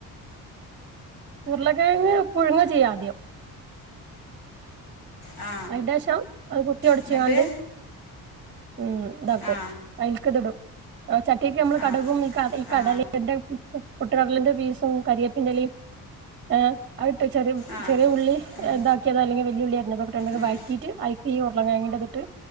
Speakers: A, on the right; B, on the left.
A: ഉരുളകിഴങ്ങ് പുഴുങ്ങ ചെയ്യാ ആദ്യം
B: ആ
A: അയിന്റെശം അത് കുത്തിയൊടച്ച്കാണ്ട്
B: എന്നിട്ട്
A: ഉം ഇതാകും
B: ആ
A: അയിൽക്ക് ഇത്ടും ഓ ചക്ക്യക്ക് നമ്മള്
B: ആ
A: കടകും ഈ ഈ കടലേൻ്റെ
B: ആ
A: <unintelligible> പൊട്ട് കടലേന്റെ ഫീസും കരിയപ്പിൻ്റെയിലയും ഏഹ് അഅ് ട്ട് ചെറിം
B: ആ
A: ചെറിയ ഉള്ളി
B: ഉം
A: ഇതാക്കിയത് അല്ലെങ്കിൽ വെല്യുള്ളി അരിഞ്ഞതൊ ഇട്ടാട്ടാണ്ട്
B: ഉം
A: വഴറ്റിട്ട് അയ്ക്ക് ഈ ഉരുളകിഴങ്ങിൻ്റെ ഇത്ട്ട്